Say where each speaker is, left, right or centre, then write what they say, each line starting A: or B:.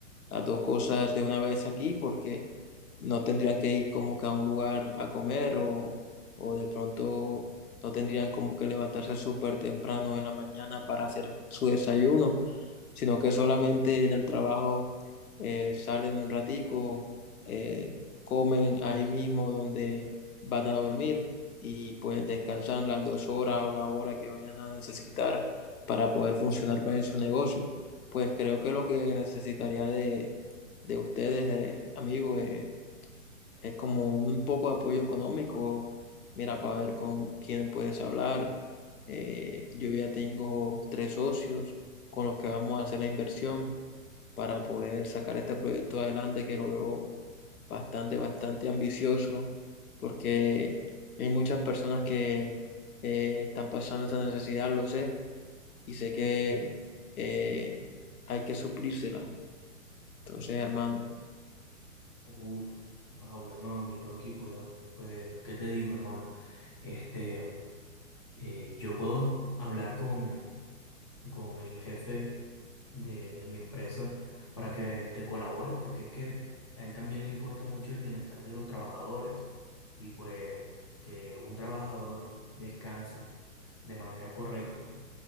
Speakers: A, on the left; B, on the left.
A: las dos cosas de una vez aquí, porque no tendrían que ir como que a un lugar a comer o, o de pronto no tendrían como que levantarse súper temprano en la mañana para hacer su desayuno sino que solamente en el trabajo eh, salen un ratico, eh, comen ahí mismo donde van a dormir y pues descansan las dos horas o la hora que vayan a necesitar para poder funcionar bien su negocio. Pues creo que lo que necesitaría de, de ustedes, eh, amigos, eh, es como un poco de apoyo económico, mira, para ver con quién puedes hablar. Eh, yo ya tengo tres socios con los que vamos a hacer la inversión para poder sacar este proyecto adelante que lo veo bastante, bastante ambicioso porque hay muchas personas que eh, están pasando esta necesidad, lo sé, y sé que eh, hay que suplírsela. Entonces, hermano.
B: Uf, ah, bueno, mi Rocky, pues, pues, ¿qué te digo, hermano? Este, eh, yo puedo hablar con, con el jefe de, de mi empresa para que te colabore, porque es que a él también le importa mucho el bienestar de los trabajadores y pues que un trabajador descanse de manera correcta,